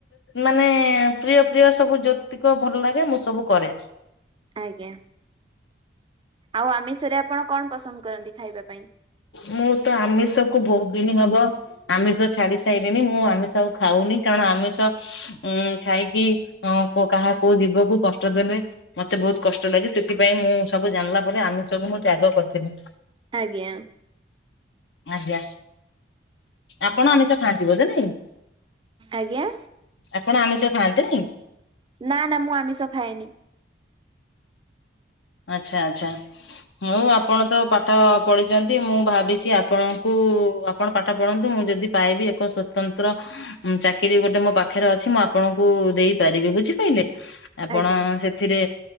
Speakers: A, on the left (about 75°); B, on the right (about 30°).
A: ମାନେ ପ୍ରିୟ ପ୍ରିୟ ସବୁ ଜ୍ୟତିକ ଭଲ ଲାଗେ ମୁଁ ସବୁ କରେ।
B: ଆଜ୍ଞା ଆଉ ଆମିଷରେ ଆପଣ କଣ ପସନ୍ଦ କରନ୍ତି ଖାଇବା ପାଇଁ?
A: ମୁଁ ତ ଆମିଷକୁ ବହୁତ ଦିନ ହବ ଆମିଷ ଛାଡି ସାରିଲିଣି ମୁଁ ଆମିଷ ଆଉ ଖାଉନି କାରଣ ଆମିଷ ଉଁ ଖାଇକି ଅ କାହା କୋଉ ଜୀବକୁ କଷ୍ଟ ଦେଲେ। ମତେ ବହୁତ କଷ୍ଟ ଲାଗେ ସେଥିପାଇଁ ମୁଁ ସବୁ ଜାଣିଲା ପରେ ଆମିଷକୁ ମୁଁ ତ୍ୟାଗ କରିଥିଲି।
B: ଆଜ୍ଞା।
A: ଆଜ୍ଞା ଆପଣ ଆମିଷ ଖାଆନ୍ତି ବଧେ ନାଇଁ?
B: ଆଜ୍ଞା।
A: ଆପଣ ଆମିଷ ଖାଆନ୍ତିନାଇଁ?
B: ନା ନା ମୁଁ ଆମିଷ ଖଏନି।
A: ଆଛା ଆଛା। ହଁଉ ଆପଣ ତ ପାଠ ପଢିଛନ୍ତି ମୁଁ ଭାବିଛି ଆପଣଙ୍କୁ ଆପଣ ପାଠ ପଢନ୍ତୁ ମୁଁ ଯଦି ପାଇବି ଏକ ସ୍ଵତନ୍ତ୍ର ଚାକିରି ଗୋଟେ ମୋ ପାଖରେ ଅଛି ମୁଁ ଆପଣଙ୍କୁ ଦେଇପାରିବି ବୁଝିପାରିଲେ। ଆପଣ
B: ଆଜ୍ଞା
A: ସେଥିରେ